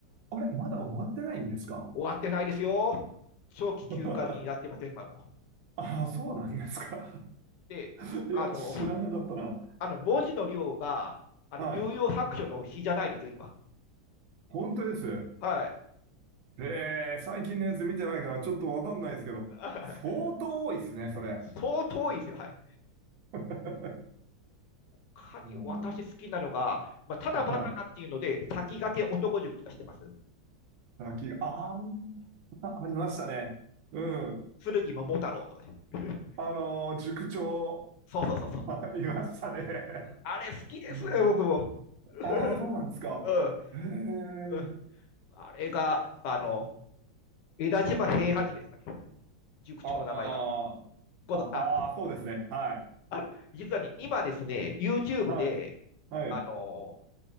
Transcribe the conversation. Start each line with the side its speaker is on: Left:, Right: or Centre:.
Right: あれ、まだ終わってないんですか
Left: 終わってないですよ。長期休暇になってますよ、
Right: <laughs>
Left: 今も。
Right: ああ、そうなんですか。
Left: で、
Right: <laughs> いや、
Left: あの、
Right: 知らなかったな。
Left: あの文字の量が、あの、
Right: はい。
Left: 有用白書の日じゃないですよ、今。
Right: 本当です。
Left: はい。
Right: えー、最近のやつ見てないからちょっとわかんないですけど、
Left: <laughs>
Right: 相当多いですね、それ。
Left: 相当いいですよ、はい。
Right: <laughs>
Left: 他に私好きなのが、
Right: いやも
Left: まあ、ただバカだっていうので、
Right: う、はい。
Left: 先駆け男塾とかしてます。
Right: 先が、あーあ、ありましたね。うん。
Left: 剣、剣桃太郎とかね。<laughs>
Right: あのー塾長、
Left: そうそうそうそう。
Right: <laughs> い、いましたね。
Left: あれ好きですよ僕も。
Right: うん。
Left: <laughs>
Right: ああ、そうなんですか。
Left: うん、
Right: へえ。
Left: うん。あれが、あの、江田島平八ですかね。塾長の名前が。
Right: あーあ、
Left: ごぞあ、
Right: ああ、そうですね。はい。
Left: あの、実はね、今ですね、YouTube
Right: はい。
Left: で、
Right: はい。
Left: あの、